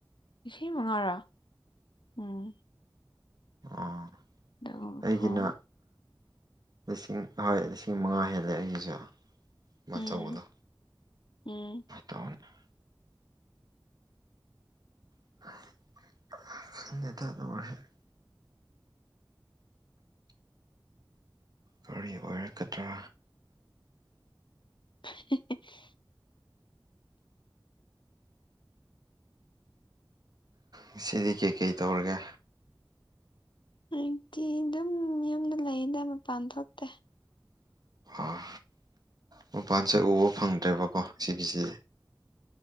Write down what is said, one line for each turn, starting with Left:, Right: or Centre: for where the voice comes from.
Left: ꯂꯤꯁꯤꯡ ꯃꯉꯥꯔꯥ ꯎꯝ
Right: ꯑꯥ
Left: ꯑꯗꯨꯒꯨꯝꯕ
Right: ꯑꯩꯒꯤꯅ
Left: ꯐꯥꯎ
Right: ꯂꯤꯁꯤꯡ ꯍꯣꯏ ꯂꯤꯁꯤꯡ ꯃꯉꯥ ꯍꯦꯜꯂꯦ ꯑꯩꯒꯤꯁꯨ ꯑꯗꯨꯃꯥꯢ
Left: ꯎꯝ
Right: ꯇꯧꯕꯗꯣ
Left: ꯎꯝ
Right: <unintelligible> <unintelligible> ꯀꯔꯤ ꯑꯣꯏꯔꯛꯀꯗ꯭ꯔꯥ
Left: <unintelligible>
Right: ꯉꯁꯤꯗꯤ ꯀꯩꯀꯩ ꯇꯧꯔꯒꯦ
Left: ꯑꯩꯗꯤ ꯑꯗꯨꯝ ꯌꯨꯝꯗ ꯂꯩꯗ ꯃꯄꯥꯟ ꯊꯣꯛꯇꯦ
Right: ꯑꯥ ꯃꯄꯥꯟꯁꯦ ꯎꯕ ꯐꯪꯗ꯭ꯔꯦꯕꯀꯣ ꯁꯤꯒꯤꯁꯦ